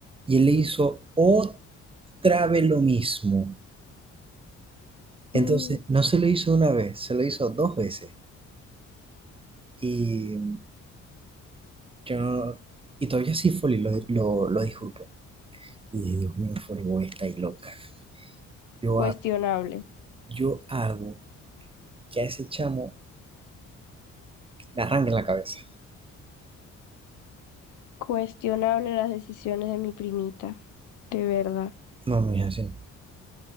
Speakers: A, on the right; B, on the left.
A: y él le hizo otra vez lo mismo. Entonces,
B: Mm,
A: no se lo hizo una vez, se lo hizo dos veces. Y yo no- y todavía sí Foley lo, lo, lo disculpo. Y dije, Dios mío, Foley, vos estáis loca. Yo
B: cuestionable,
A: hago, yo hago que a ese chamo le arranquen la cabeza.
B: cuestionable las decisiones de mi primita, de verdad.
A: No, mija, sí.